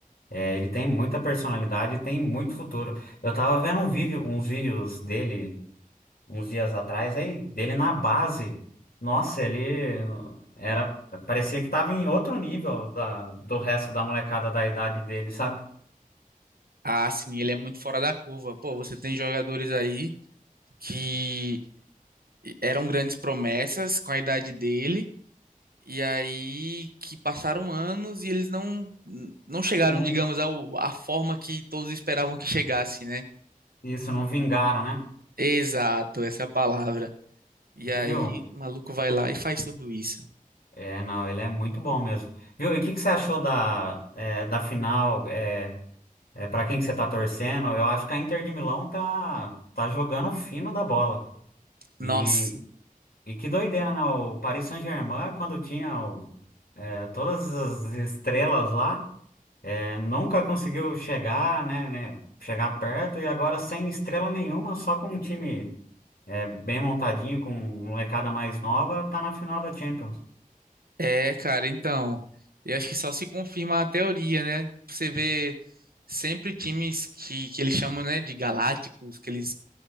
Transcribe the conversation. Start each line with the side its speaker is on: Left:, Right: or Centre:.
Left: é, ele tem muita personalidade e tem muito futuro. Eu tava vendo um vídeo, uns vídeos dele uns dias atrás, aí, dele na base. Nossa, ele era, parecia que tava em outro nível da, do resto da molecada da idade dele, sabe?
Right: Ah, sim, ele é muito fora da curva. Pô, você tem jogadores aí que eram grandes promessas com a idade dele, e aí que passaram anos e eles não não chegaram,
Left: Não,
Right: digamos, ao, à forma que todos esperavam que chegasse, né?
Left: isso, não vingaram, né?
Right: Exato, essa é a palavra. E aí
Left: Viu?
Right: o maluco vai lá e faz tudo isso.
Left: É, não, ele é muito bom mesmo. Viu? E o que que você achou da, é, da final? é, É, para quem que você tá torcendo? Eu acho que a Inter de Milão tá, tá jogando fino da bola.
Right: Nossa,
Left: E, e que doideira, né? O Paris Saint-Germain, quando tinha o- é, todas as estrelas lá, é, nunca conseguiu chegar, né, né, chegar perto. E agora sem estrela nenhuma, só com um time é, bem montadinho, com molecada mais nova, tá na final da Champions.
Right: é, cara, então, eu acho que só se confirma a teoria, né? Você vê sempre times que, que eles chamam, né, de galácticos, que eles